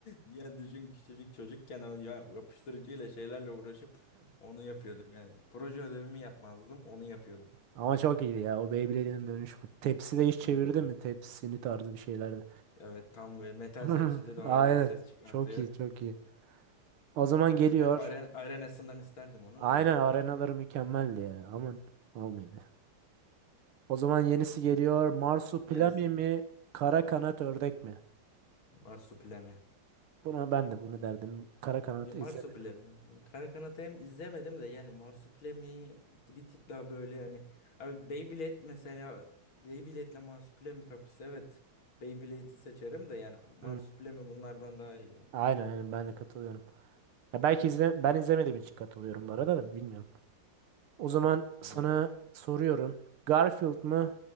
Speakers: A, on the left; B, on the right.
A: Ya düşün küçücük çocukken o ya yapıştırıcıyla şeylerle uğraşıp onu yapıyordum yani. Proje ödevimi yapmazdım, onu yapıyordum.
B: Ama çok iyi ya o Beyblade'in dönüşü. Tepsi de hiç çevirdi
A: Evet.
B: mi? Tepsini tarzı bir şeylerde.
A: Evet tam böyle metal
B: <laughs>
A: tepside daha
B: Aynen.
A: iyi ses çıkartıyor.
B: Çok iyi çok iyi. O zaman geliyor.
A: Hep aren arenasından isterdim onun
B: Aynen
A: da.
B: arenaları mükemmeldi ya ama olmadı. O zaman yenisi geliyor. Marsupilami
A: Gelsin.
B: mi? Kara kanat ördek mi?
A: Marsupilami.
B: Buna ben de bunu derdim. Kara kanat
A: Ya Marsupilami.
B: izlemedim.
A: Kara Kanat'ı hem izlemedim de yani Marsupilami bir tık daha böyle yani. Abi Beyblade mesela Beyblade'le Marsupilami kapısı evet. Beyblade'i seçerim de yani Marsupilami
B: Hmm.
A: bunlardan daha iyi. ya.
B: Aynen aynen ben de katılıyorum. Ya belki izle, ben izlemediğim için katılıyorum bu arada da bilmiyorum. O zaman
A: Ne
B: sana soruyorum. Garfield mı?